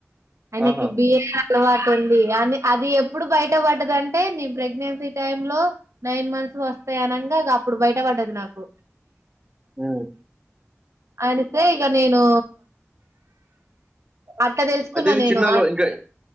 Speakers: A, on the right (about 80°); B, on the right (about 20°).
A: ఆయనకి
B: ఆహా!
A: బిఏ అలవాటు ఉంది అని అది ఎప్పుడు బయట పడ్డదంటే నేను ప్రెగ్నెన్సీ టైమ్ లో నైన్ మం వస్తాయి అనంగ అప్పుడు బయట పడ్డది నాకు.
B: ఉ
A: అరిత్తే ఇక నేను అట్లా తెలుసుకున్నా
B: అదే ఇది
A: నేను
B: చిన్నలు
A: ఆ
B: ఇంకా